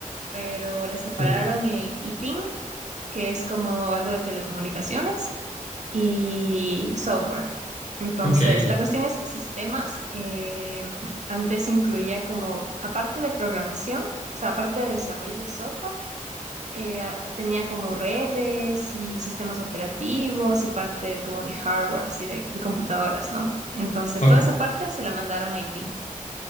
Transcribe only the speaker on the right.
pero le separaron
en ITIN, que es como algo de telecomunicaciones y software. Entonces,
la cuestión es que sistemas eh, antes incluía como, aparte de programación, o sea, aparte de desarrollo de software, eh, a- tenía como redes y sistemas operativos y parte como de hardware, así de, de computadoras, ¿no? Entonces,
toda esa parte se la mandaron a IT.